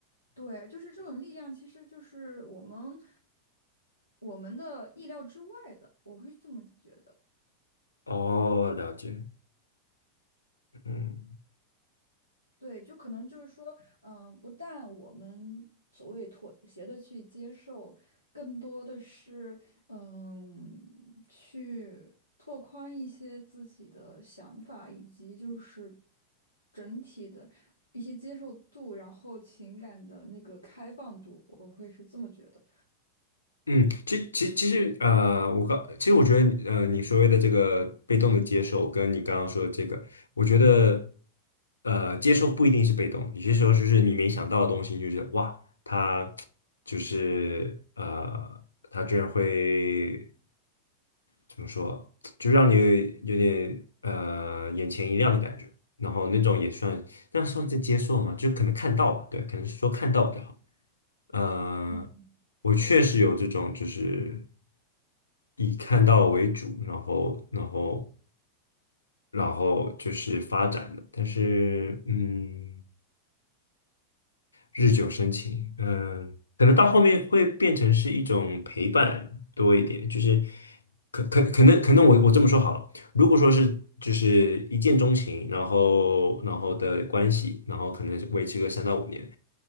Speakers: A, on the right (about 80°); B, on the left (about 75°).
A: 对，就是这种力量，其实就是我们我们的意料之外的，我会这么觉得。
B: 哦，了解，嗯
A: 对，就可能就是说，嗯，不但我们所谓妥协的去接受，更多的是，嗯，去拓宽一些自己的想法，以及就是整体的一些接受度，然后情感的那个开放度，我会是这么觉得。
B: 嗯，其其其实呃，我刚其实我觉得呃，你所谓的这个被动的接受，跟你刚刚说的这个，我觉得呃，接受不一定是被动，有些时候就是你没想到的东西，你就是哇，他就是呃，他居然会。怎么说，就让你有点呃眼前一亮的感觉，然后那种也算，那算是接受嘛，就可能看到吧，对，可能是说看到比较好。呃，
A: 嗯
B: 我确实有这种，就是以看到为主，然后然后然后就是发展的，但是嗯。日久生情，嗯，可能到后面会变成是一种陪伴多一点，就是可可可能可能我我这么说好了，如果说是就是一见钟情，然后然后的关系，然后可能维持个三到五年，